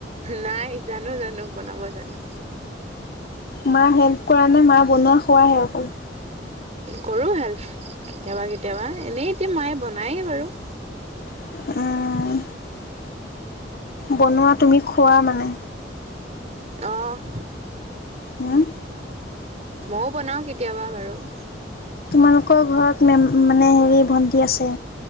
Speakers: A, on the right; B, on the left.
A: নাই জানো - জানো বনাব জানো।
B: মা হেল্প কৰা নে মা বনোৱা খোৱাহে অকল।
A: কৰো হেল্প। কেতিয়াবা-কেতিয়াবা। এনেই এতিয়া মায়ে বনায়েই বাৰু।
B: অহ ', বনোৱা তুমি খোৱা মানে।
A: অহ ',
B: হম।
A: মইও বনাও কেতিয়াবা বাৰু। <inaudible>
B: তোমালোকৰ ঘৰত মেম মানে হেৰি ভণ্টি আছে।